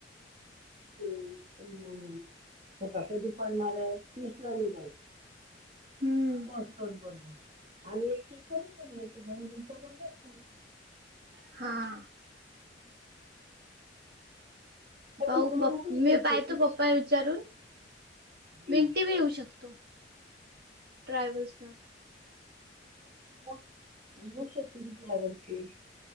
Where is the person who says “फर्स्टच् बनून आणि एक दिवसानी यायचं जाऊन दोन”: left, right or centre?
Right